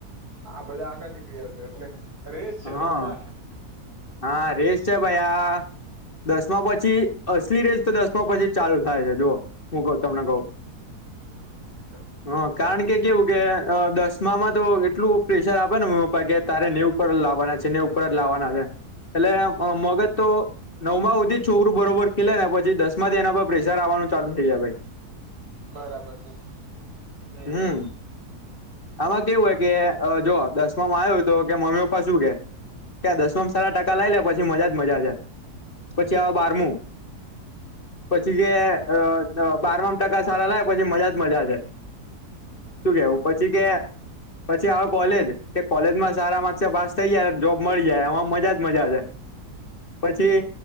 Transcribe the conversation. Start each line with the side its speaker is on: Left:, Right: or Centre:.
Right: આ બધા આગળ નીકળી જશે એટલે રેસ છે
Left: હા આ રેશ છે ભાઈ આ દસમા પછી અસલી રેસ તો દસમા પછી જ ચાલુ થાય છે જુઓ હું કહું તમને કહું
Right: <inaudible>
Left: હ કારણ કે કેવું કે અ દસમામાં તો એટલું પ્રેશર આપેને મમ્મી પપ્પા કે તારે નેવું ઉપર લાવવાના છે નેવું ઉપર જ લાવવાના છે એટલે અ મગજ તો નવમાં હુધીજ છોકરું બરોબર ખેલેને પછી દસમાંથી એના પર પ્રેશર આવવાનું ચાલુ થઈ જાય ભાઈ
Right: બરાબર છે ને
Left: હમ આમાં કેવું હોય કે અ જો દસમામાં આયો હોય તો કે મમ્મી પપ્પ પપ્પા શું કે કે દસમાં સારા ટાકા લાઈ લે પછી મજા જ મજા છે પછી આવે બારમું પછી જે અ અ બારમાં ટકા સારા લાય પછી મજા જ મજા છે. શું કેવું પછી કે પછી આવે કોલેજ કે કોલેજમાં સારા માર્ક ક્સે પાસ થઈ જ જોબ મળી જાય એમાં મજા જ મજા છે પછી